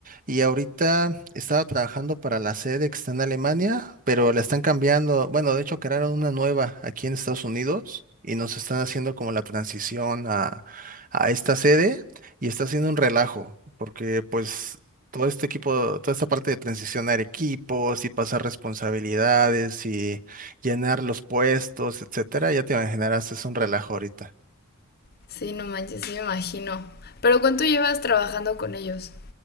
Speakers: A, on the right; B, on the left.
A: y ahorita estaba trabajando para la sede que está en Alemania, pero la están cambiando, bueno, de hecho crearon una nueva aquí en Estados Unidos y nos están haciendo como la transición a, a esta sede y está haciendo un relajo, porque pues todo este equipo, toda esta parte de transicionar equipos y pasar responsabilidades y llenar los puestos, etcétera, ya te imaginarás, es un relajo ahorita.
B: Sí, no manches, sí me imagino. Pero ¿cuánto llevas trabajando con ellos?